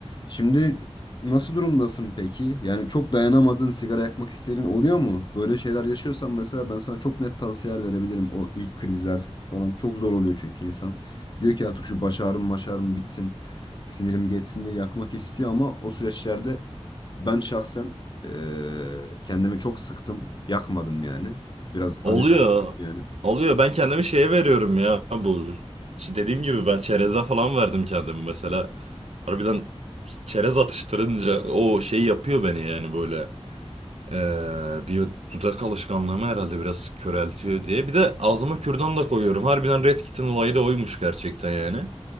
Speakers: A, on the left (about 40°); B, on the right (about 70°).
A: Şimdi nasıl durumdasın peki? Yani çok dayanamadığın sigara yakmak isterin oluyor mu? Böyle şeyler yaşıyorsan mesela ben sana çok net tavsiyeler verebilirim. O ilk krizler falan çok zor oluyor çünkü insan. Diyor ki artık şu baş ağrım maş ağrım bitsin. Sinirim geçsin diye yakmak istiyor ama o süreçlerde ben şahsen eee, kendimi çok sıktım. Yakmadım yani. Biraz
B: Oluyor.
A: acı da çektim yani.
B: Oluyor. Ben kendimi şeye veriyorum ya bu. Ç- Dediğim gibi ben çereze falan verdim kendimi mesela. Harbiden çerez atıştırınca o şey yapıyor beni yani böyle. Ee, bir dudak alışkanlığımı herhalde biraz köreltiyor diye. Bir de ağzıma kürdan da koyuyorum. Harbiden Red Kit'in olayı da oymuş gerçekten yani.